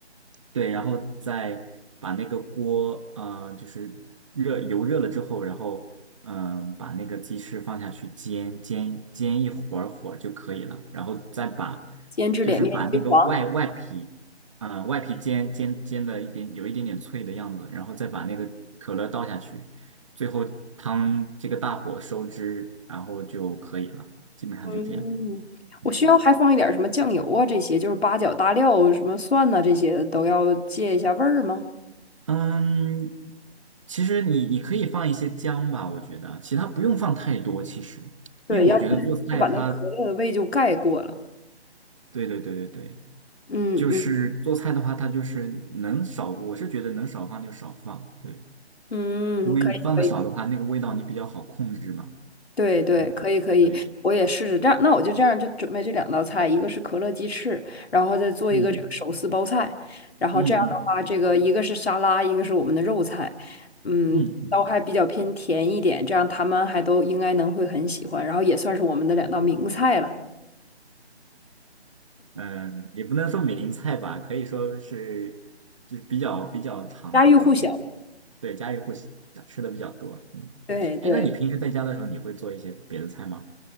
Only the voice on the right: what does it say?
对，然后再把那个锅，嗯、就是热油热了之后，然后嗯、把那个鸡翅放下去煎，煎煎一会儿会儿就可以了，然后再把
就是把那个外外皮，嗯、外皮煎煎煎的一点有一点点脆的样子，然后再把那个可乐倒下去，最后汤这个大火收汁，然后就可以了，基本上就这样。
嗯。
嗯，其实你你可以放一些姜吧，我觉得其他不用放太多。其实，
因为我觉得做菜它，
对对对对对，
就是做菜的话，它就是能少，我是觉得能少放就少放，对，
因为你放的少的话，
那个味道你比较好控制嘛。
嗯，
对，
嗯
嗯嗯嗯
嗯嗯。嗯
嗯，也不能说名菜吧，可以说是就比较比较常常见，
对，家喻户晓，吃的比较多。嗯，
哎，那你平时在家的时候，你会做一些别的菜吗？